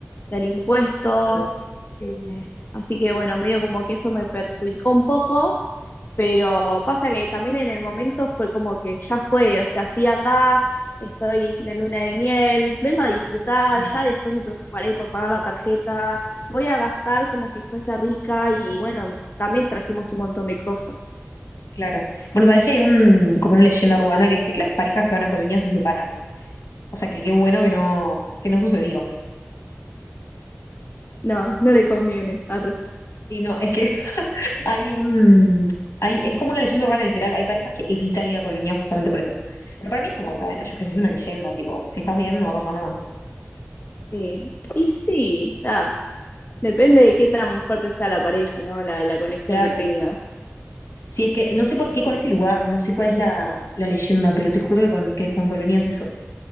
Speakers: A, on the left; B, on the left.
A: del impuesto.
B: Sí, total.
A: eh, así que bueno, medio como
B: Sí,
A: que eso me perjudicó un poco, pero pasa que también en el momento fue como que ya fue, o sea, estoy acá, estoy de luna de miel, vengo a disfrutar,
B: claro.
A: ya después me preocuparé por pagar la tarjeta, voy a gastar como si fuese rica y bueno, también trajimos un montón de cosas.
B: Claro. Bueno, sabés que hay un, como una leyenda urbana que dice que las parejas que van a Colonia se separan. O sea que qué bueno que no, que no sucedió.
A: No, no le conviene. arre.
B: Y no, es que <laughs> hay un. Hay, es como una leyenda urbana literal. Hay parejas que evitan ir a Colonia justamente por eso. Pero para mí es como, bueno, yo qué sé, es una leyenda, tipo, si estás bien no va a pasar nada.
A: Sí. Y sí, da, depende de qué tan fuerte sea la pareja, ¿no? La, la conexión
B: Claro.
A: que tengas.
B: Sí, es que no sé por qué con ese lugar, no sé cuál es la, la leyenda, pero te juro que con, que con Colonia es eso.